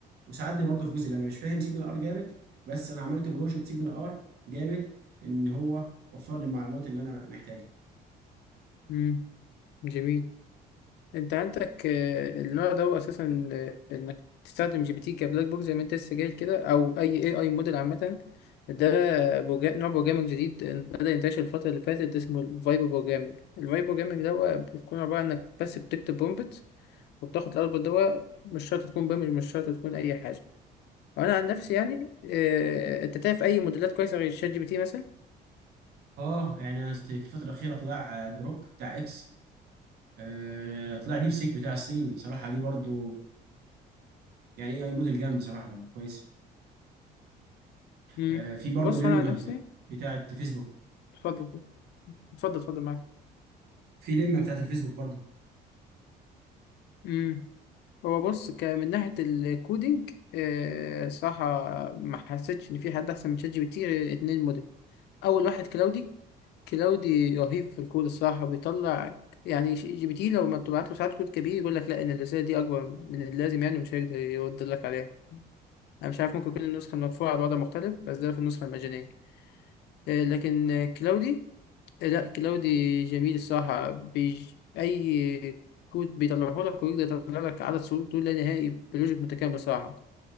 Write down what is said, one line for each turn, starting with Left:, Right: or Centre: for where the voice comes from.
Right: وساعدني برضه في جزء اللي انا مش فاهم سيجنال ار جامد بس انا عملت بروجكت سيجنال ار جامد ان هو وفر لي المعلومات اللي انا محتاجها
Left: امم جميل انت عندك آه، النوع ده هو اساسا آه، انك تستخدم جي بي تي كبلاك بوك زي ما انت لسه جاي كده او اي اي اي موديل عامه ده بوجا... نوع بروجرامنج جديد ان- بدأ ينتشر الفتره اللي فاتت اسمه الفايبو بروجرامنج الفايبو بروجرامنج ده هو بتكون عباره عن انك بس بتكتب برومبت وبتاخد الاوتبوت ده مش شرط تكون برامج مش شرط تكون اي حاجه وانا عن نفسي يعني آه، انت تعرف اي موديلات كويسه غير شات جي بي تي مثلا
Right: اه يعني أنا است- في الفترة الأخيرة طلع آه، جروك بتاع اكس آه، طلع ديب سيك بتاع الصين بصراحة دي برضو يعني اي اي موديل جامد بصراحة برضو كويس
Left: امم
Right: آه، في برضو
Left: بص
Right: لمة
Left: انا عن نفسي
Right: بت- بتاعة فيسبوك
Left: اتفضل اتفضل اتفضل
Right: في لمة بتاعة الفيسبوك برضو
Left: معاك هو بص ك- من ناحية الكودينج آه، صراحة ما حسيتش إن في حد أحسن من شات جي بي تي غير اتنين موديل أول واحد كلاودي كلاودي رهيب في الكود الصراحة بيطلع يعني ش- جي بي تي لو ما بتبعت له ساعات كود كبير يقول لك لا إن الرسالة دي أكبر من اللازم يعني ومش هيقدر يرد لك عليها أنا مش عارف ممكن يكون النسخة المدفوعة على الوضع مختلف بس ده في النسخة المجانية آه، لكن آه، كلاودي لا كلاودي جميل الصراحة بيج... أي كود بيطلعه لك ويقدر يطلع لك عدد صور دول لا نهائي بلوجيك متكامل الصراحة